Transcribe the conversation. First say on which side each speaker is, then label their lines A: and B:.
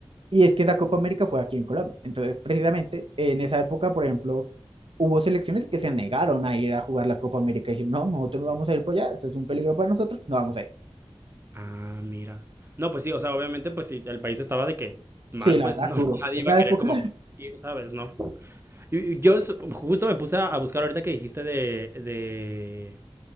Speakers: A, on the right; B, on the right.
A: y es que esa Copa América fue aquí en Colombia. Entonces, precisamente en esa época, por ejemplo, hubo selecciones que se negaron a ir a jugar la Copa América y dijeron, no, nosotros no vamos a ir por allá, eso es un peligro para nosotros, no vamos a ir.
B: Ah, mira. No, pues sí, o sea, obviamente, pues si el país estaba de que mal,
A: Sí, la
B: pues
A: verdad,
B: no,
A: duro.
B: <laughs> nadie
A: Esa
B: iba a querer
A: época
B: como ir, ¿sabes? No. Y- y Yo s- justo me puse a a buscar ahorita que dijiste de, de